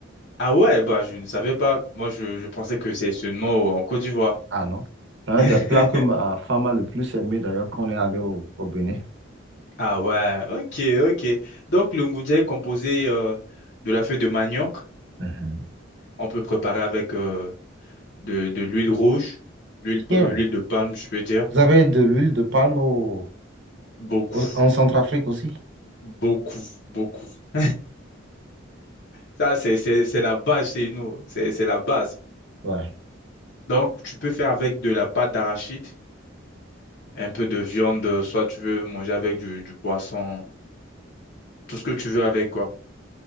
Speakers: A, on the left; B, on the right.
A: Ah ouais, bah, je ne savais pas. Moi, je, je pensais que c'est seulement en Côte d'Ivoire.
B: Ah non. C'est un
A: <laughs>
B: des plats que ma femme a le plus aimé d'ailleurs quand on est allé au, au Bénin.
A: Ah ouais, ok, ok. Donc, le ngunja est composé euh, de la feuille de manioc.
B: Mhm.
A: On peut préparer avec euh, de, de l'huile rouge, l'huile,
B: Tiens,
A: euh, l'huile de palme, je veux dire.
B: vous avez de l'huile de palme au-
A: Beaucoup,
B: au- en Centrafrique aussi?
A: beaucoup, beaucoup. <laughs> Ça, c'est, c'est, c'est la base chez nous. C'est, c'est la base.
B: Ouais.
A: Donc, tu peux faire avec de la pâte d'arachide, un peu de viande, soit tu veux manger avec du, du poisson, tout ce que tu veux avec, quoi.